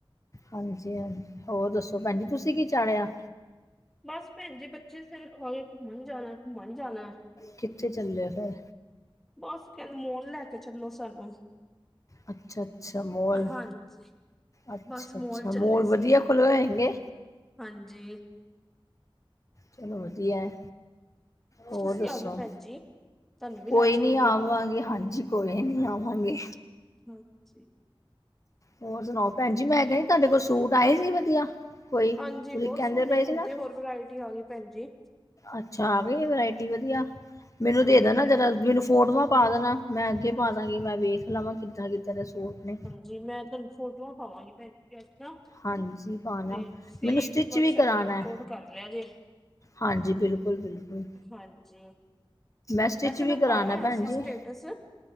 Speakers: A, on the left (about 35°); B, in the centre.
A: ਹਾਂਜੀ- ਹਾਂਜੀ, ਹੋਰ ਦੱਸੋ ਭੈਣਜੀ ਤੁਸੀਂ ਕੀ ਚਾੜਿਆ?
B: ਬਸ ਭੈਣ ਜੀ ਬੱਚੇ ਸਿਰ ਖੋਏ ਘੁੰਮਣ ਜਾਣਾ- ਘੁੰਮਣ ਜਾਣਾ।
A: ਕਿੱਥੇ ਚੱਲੇ ਫਿਰ?
B: ਬਸ ਕਹਿੰਦੇ ਮੋਲ ਲੈ ਕੇ ਚੱਲੋ ਸਾਨੂੰ
A: ਅੱਛਾ- ਅੱਛਾ ਮੋਲ।
B: ਹਾਂਜੀ
A: ਅੱਛਾ-
B: ਬਸ
A: ਅੱਛਾ
B: ਚੱਲੇ
A: ਮੋਲ ਵਧੀਆ
B: ਸੀ
A: ਖੁੱਲੇ ਹੋਏ ਹੈਗੇ।
B: ਹਾਂਜੀ।
A: ਚਲੋ ਵਧੀਆ ਹੈ। ਹੋਰ
B: ਤੁਸੀਂ
A: ਦੱਸੋ?
B: ਆ ਜਾਓ ਭੈਣ ਜੀ ਤੁਹਾਨੂੰ ਵੀ
A: ਕੋਈ
B: ਲੈ
A: ਨੀ
B: ਚਲੀਏ
A: ਆਵਾਂਗੇ ਹਾਂਜੀ। ਕੋਈ ਨੀ ਆਵਾਂਗੇ।
B: ਹਾਂਜੀ।
A: ਹੋਰ ਸੁਣਾਓ ਭੈਣ ਜੀ ਮੈਂ ਕਿਹਾ ਤੁਹਾਡੇ ਕੋਲ ਸੂਟ ਆਏ ਸੀ ਵਧੀਆ? ਕੋਈ
B: ਹਾਂਜੀ
A: ਤੁਸੀਂ
B: ਬੋਤ
A: ਕਹਿੰਦੇ
B: ਸੋਹਣੇ
A: ਪਏ
B: ਹੁਣ
A: ਸੀ ਨਾ
B: ਤੇ ਹੋਰ ਵਰਾਇਟੀ ਆ ਗਈ ਭੈਣਜੀ।
A: ਅੱਛਾ ਆ ਗਈ ਏ ਵਰਾਇਟੀ ਵਧੀਆ, ਮੈਨੂੰ
B: ਹਾਂਜੀ
A: ਦੇ ਦੇਨਾ
B: ਭੈਣ
A: ਜਦੋ
B: ਜੀ
A: ਮੈਨੂੰ ਸੂਟ ਵਧ- ਪਾ ਦੇਣਾ ਮੈਂ ਅੱਗੇ ਪਾ ਦਾਂਗੀ ਮੈਂ ਵੇਖ ਲਵਾਂ ਕਿੱਦਾਂ- ਕਿੱਦਾਂ ਦੇ ਸੂਟ ਨੇ।
B: ਜੀ ਮੈਂ ਤੁਹਾਨੂੰ ਫੋਟੋਆਂ ਪਾਵਾਂਗੀ ਪੈਨ ਜੀ ਅੱਜ ਤੋ।
A: ਹਾਂਜੀ ਪਾਣਾ
B: ਤੇ ਤੁਸੀਂ
A: ਮੈਨੂੰ ਸਟਿਚ
B: ਵਟਸਐਪ
A: ਵੀ ਕਰਾਣਾ
B: ਤੇ ਅਪਲੋਡ
A: ਹੈ।
B: ਕਰ ਲਿਆ ਜੇ।
A: ਹਾਂਜੀ ਬਿਲਕੁਲ- ਬਿਲਕੁਲ।
B: ਹਾਂਜੀ,
A: ਸਟਿਚ
B: ਵੈਸੇ
A: ਵੀ
B: ਮੈਂ
A: ਕਰਾਣਾ
B: ਪਾਇਆ ਹੋਇਆ
A: ਭੈਣ
B: ਸੀ
A: ਜੀ
B: ਸਟੇਟਸ।